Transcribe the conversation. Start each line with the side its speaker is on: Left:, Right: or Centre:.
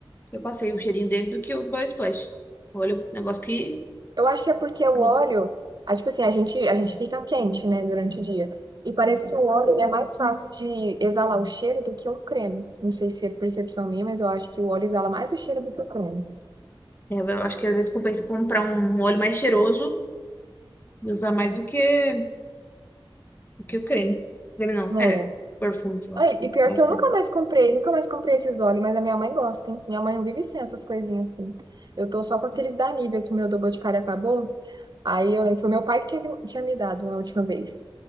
Left: eu passei o cheirinho dele do que o do body splash. Óleo, é um negócio que
Right: <laughs> Eu acho que é porque o
Left: gruda.
Right: óleo, ah, tipo assim, a gente, a gente fica quente, né, durante o dia, e parece que o óleo, ele é mais fácil de exalar o cheiro do que um creme. Não sei se é percepção minha, mas eu acho que o óleo exala mais o cheiro do que o creme.
Left: É, Eu acho que às vezes compensa comprar um óleo mais cheiroso E usar mais do que, do que o creme. Creme não,
Right: né?
Left: é, perfume, sei lá.
Right: Ai, e pior
Left: Pode
Right: que eu
Left: ter.
Right: nunca mais comprei, nunca mais comprei esses óleos, mas a minha mãe gosta, hein? Minha mãe não vive sem essas coisinhas assim. Eu tô só com aqueles da Nivea, que meu do Boticário acabou. Aí eu lembro, foi meu pai que tinha, que- tinha me dado na última vez.